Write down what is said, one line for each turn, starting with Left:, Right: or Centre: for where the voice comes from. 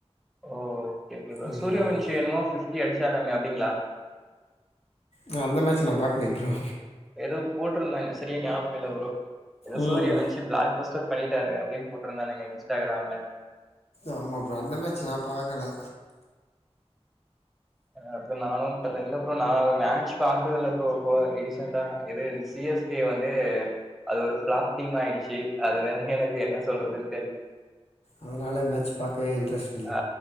Centre: ஓகே ஓகே ப்ரோ
Left: ம்
Centre: சூரியவன்ஷி என்னமோ பிப்டி அடிச்சாராமே அப்படிங்களா
Left: நா அந்த மேட்சு நா பாக்கலயே ப்ரோ
Centre: ஏதோ போட்டிருந்தாங்க சரிய ஞாபக இல்ல ப்ரோ ஏதோ
Left: ம்
Centre: ஸ்டோரில வந்துசு பிளாக் பஸ்டர் பண்ணிட்டாரு அப்டினு போட்டிருந்தாங்க இன்ஸ்டாகிராம்ல
Left: ஆமா ப்ரோ அந்த மேட்ச் நா பாக்கல
Centre: அது நானும் இல்ல ப்ரோ நானு மேட்ச் பாக்குறது இல்ல ப்ரோ இப்ப ரீசெண்டா இது சிஎஸ்கே வந்து அது ஒரு பிளாப் டீம் ஆயிடுச்சு அது வேற எனக்கு என்ன சொல்றதுனு தெரியல
Left: அதுனால மேட்ச் பாக்கவே இன்ரெஸ்ட்
Centre: அ